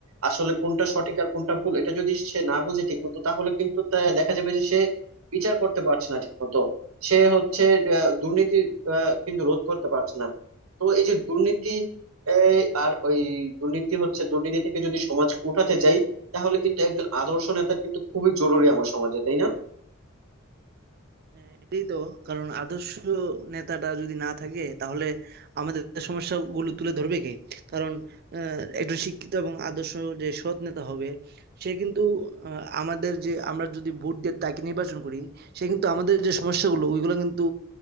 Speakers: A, on the right (about 80°); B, on the right (about 45°).
A: আসলে কোনটা সঠিক আর কোনটা ভুল এটা যদি সে না বুঝে ঠিক মতো তাহলে কিন্তু তা- দেখা যাবে যে সে বিচার করতে পারছে না ঠিক মতো সে হচ্ছে আহ, দুর্নীতি আহ, কিন্তু রোধ করতে পারছে না তো এই যে দুর্নীতি এই, আর ওই দুর্নীতি হচ্ছে দুর্নীতি থেকে যদি সমাজ উঠাতে চাই তাহলে কিন্তু একজন আদর্শ নেতা কিন্তু খুবই জরুরি আমার সমাজে তাই না
B: হ্যাঁ, এটাই তো কারণ আদর্শ নেতাটা যদি না থাকে তাহলে আমাদের সমস্যাগুলো তুলে ধরবে কে কারণ আহ, একজন শিক্ষিত এবং আদর্শ যে সৎ নেতা হবে সে কিন্তু আহ, আমাদের যে আমরা যদি ভোট দিয়ে তাকে নির্বাচন করি সে কিন্তু আমাদের যে সমস্যাগুলো ওইগুলো কিন্তু